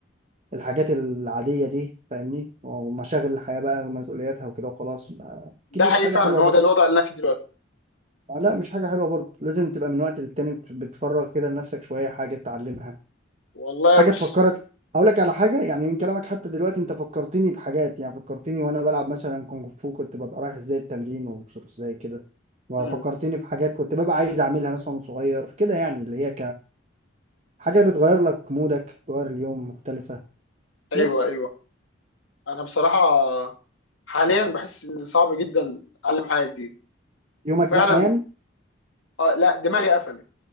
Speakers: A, on the right (about 35°); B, on the left (about 80°).
A: الحاجات العادية دي فاهمني ومشاغل الحياة بقى ومسؤولياتها وكده وخلاص ما-
B: ده
A: أكيد مش
B: حقيقي
A: حاجة
B: فعلا
A: حلوة
B: هو
A: برضه
B: ده الوضع اللي انا فيه دلوقتي
A: آه، لا مش حاجة حلوة برضه لازم تبقى من وقت للتاني بت- بتفرغ كده لنفسك شوية حاجة تتعلمها
B: والله
A: حاجة
B: بص
A: تفكرك هقول لك على حاجة يعني من كلامك حتى دلوقتي أنت فكرتني بحاجات يعني فكرتني وأنا بلعب مثلا كونغ فو كنت ببقى رايح إزاي التمرين ومبسوط إزاي كده وفكرتني
B: مم.
A: بحاجات كنت ببقى عايز أعملها مثلا وأنا صغير كده يعني اللي هي كحاجة بتغير لك مودك تغير اليوم مختلفة
B: ايوه
A: بس
B: ايوه انا بصراحه حاليا بحس ان صعب جدا اتعلم حاجه جديده
A: يومك
B: فعلا
A: زحمة يعني
B: آه لا دماغي قفلت